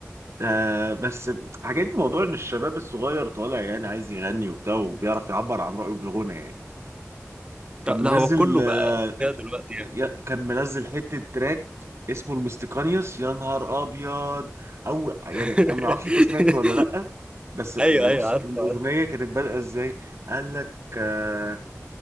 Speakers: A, on the right; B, on the right.
A: آه بس حكيت لي موضوع ان الشباب الصغير طالع يعني عايز يغني وبتاع وبيعرف يعبر عن رأيه بالغنى يعني كان
B: لا
A: منزل
B: لا، هو كله
A: آه
B: بقى كده دلوقتي يعني
A: يا- كان منزل حتة تراك اسمه المستقانيوس يا نهار ابيض او يعني
B: <laughs>
A: انا ما اعرفش انت سمعته ولا لا بس يعني
B: ايوه ايوه
A: بص
B: عارف
A: الاغنيه
B: عارف
A: كانت بادئه ازاي قال لك آه